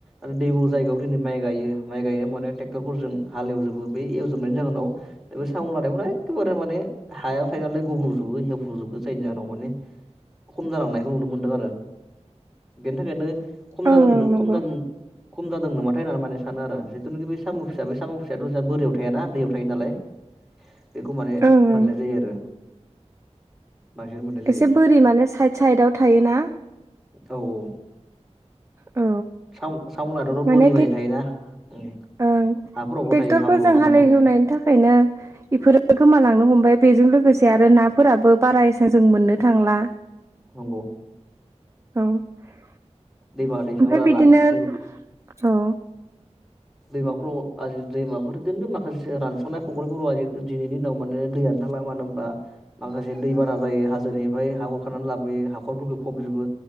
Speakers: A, in the centre; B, on the right.
A: आरो दैबु जायगायाव दिनै माइ गायो माइ गाय माने ट्रेक्टरफोरजों हाल एवजोबो बे एवजोबनायनि जाहोनाव दा बे साम' लानायफ्रा एखेबारे माने हाया थायो नालाय गब्रुजोबो हेब्रुजोबो जायनि जाहोनाव माने खम जालांनायखौ नुनो मोनदों आरो बेनि थाखायनो खम जादों
B: ओं ओं नंगौ
A: खम जादों खम जादोंनोनामाथाय होननानै माने सानो आरो जिथुनाखि बे साम' फिसा बे साम' फिसाया थ सा बोरियाव थायाना दैयाव थायो नालाय बेखौ माने
B: ओं
A: मोननाय
B: ओं
A: जायो आरो बांसिन मोननाय जायो
B: एसे बोरि मानो साइड साइडआव थायोना
A: औ औ
B: औ
A: साम सामनाथ'
B: माने
A: बोरि
B: टेक
A: बाय थायोना उम
B: ओं
A: हाफोरावबो
B: ट्रेक्टरफोरजों
A: थायो हाब्रुआव हाबना
B: हालेवहोनायनि
A: थायो
B: थाखायनो बेफोरो गोमालांनो हमबाय बेजों लोगोसे आरो नाफोराबो बारा एसां जों मोननो थांला
A: नंगौ
B: औ ओमफ्राय
A: दैमा दैसाफोरा
B: बिदिनो
A: रान दैमा
B: औ
A: दैमाफोराव आजि दैमाफोरनो माखासे रानस'नाय फख्रिफोराव जि दिनैनि दिनाव माने दैया ओंखारला मानो होनबा माखासे दै बाना जायो हाजोनिफ्राय हा हुरखनानै लाबोयो हाखर हाखरफोरखौ फबजोबो